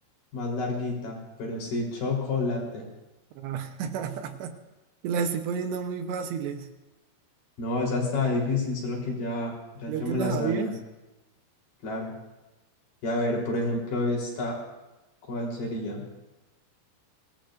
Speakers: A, on the left (about 50°); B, on the right (about 75°).
A: más larguita, pero sí, chocolate.
B: Ah, <laughs> Te las estoy poniendo muy fáciles.
A: No, esa estaba difícil, solo que ya, ya
B: ¿Ya
A: yo
B: te
A: me
B: las
A: la
B: sabías?
A: sabía, claro. Y a ver, por ejemplo, esta, ¿cuál sería?